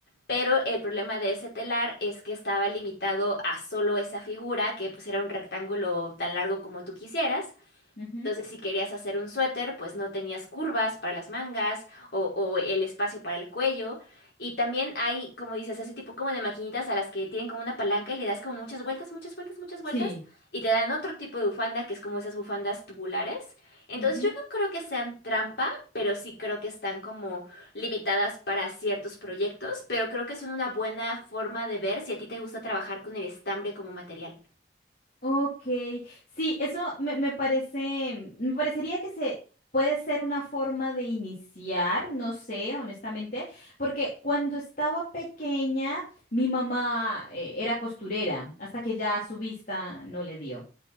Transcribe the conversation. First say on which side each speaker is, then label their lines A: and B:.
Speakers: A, on the left; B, on the left.
A: pero el problema de ese telar es que estaba limitado a solo esa figura, que pues era un rectángulo tan largo como tú quisieras.
B: ujú.
A: Entonces, si querías hacer un suéter, pues no tenías curvas para las mangas o, o el espacio para el cuello. Y también hay, como dices, ese tipo como de maquinitas a las que tienen como una palanca y le das como muchas vueltas, muchas vueltas, muchas vueltas.
B: Sí.
A: Y te dan otro tipo de bufanda que es como esas bufandas tubulares. Entonces,
B: Ujú.
A: yo no creo que sean trampa, pero sí creo que están como limitadas para ciertos proyectos. Pero creo que son una buena forma de ver si a ti te gusta trabajar con el estambre como material.
B: Ok, sí, eso me, me parece, me parecería que se puede ser una forma de iniciar, no sé, honestamente, porque cuando estaba pequeña, mi mamá eh, era costurera, hasta que ya su vista no le dio.